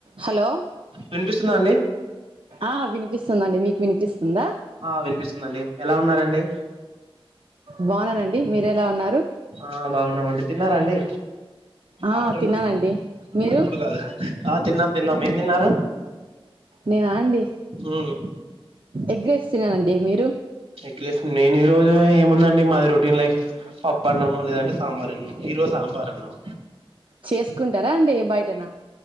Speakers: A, on the right (about 55°); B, on the right (about 75°).
A: Hello
B: వినిపిస్తుందా అండి
A: ఆ వినిపిస్తుందండి మీకు వినిపిస్తుందా
B: ఆ వినిపిస్తుంది అండి ఎలా ఉన్నారండి
A: బాగున్నా నండి మీరు ఎలా ఉన్నారు
B: ఆ బాగున్నామండి తిన్నారా అండి
A: ఆ
B: ఆఫ్టర్నూన్
A: తిన్నానండి మీరు
B: ఇప్పుడు కాదు ఆ తిన్నాం తిన్నాం ఏం తిన్నారు
A: నేనాండి
B: ఉమ్
A: ఎగ్ రైస్ తిన్ననండి మీరు
B: ఎగ్ రైస్ నేను ఈ రోజు ఏముందండి మాది రొటీన్ లైఫ్ పప్పు అన్నము లేదంటే సాంబార్ అన్నము ఈ రోజు సాంబార్ అన్నం
A: చేసుకుంటారా అండి బయటనా